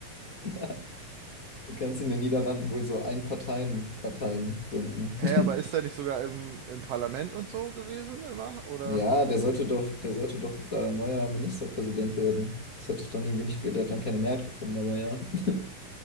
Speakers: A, on the left; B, on the right.
A: Ja. Du kannst in den Niederlanden wohl so Ein-Parteien-Parteien gründen.
B: Hä,
A: <laughs>
B: aber ist er nicht sogar im, im Parlament und so gewesen immer? Oder?
A: Ja, der sollte doch, der sollte doch da neuer Ministerpräsident werden. Das hat doch dann irgendwie nicht, ge- der hat dann keine Mehrheit gefunden, aber ja, <laughs>